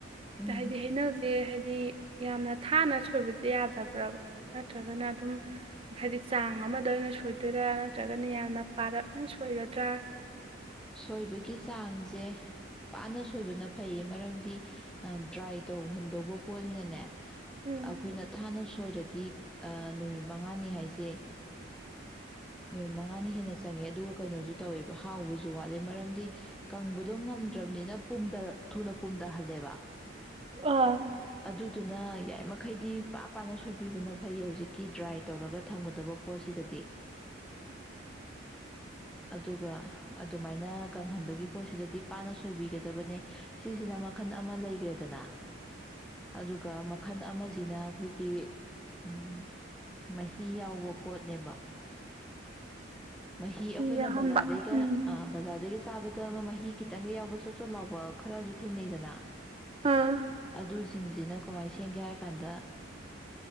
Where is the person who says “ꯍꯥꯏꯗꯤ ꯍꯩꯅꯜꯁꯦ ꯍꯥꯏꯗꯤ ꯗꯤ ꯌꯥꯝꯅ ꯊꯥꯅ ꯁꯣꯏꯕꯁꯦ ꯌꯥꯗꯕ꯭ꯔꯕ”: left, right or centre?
Right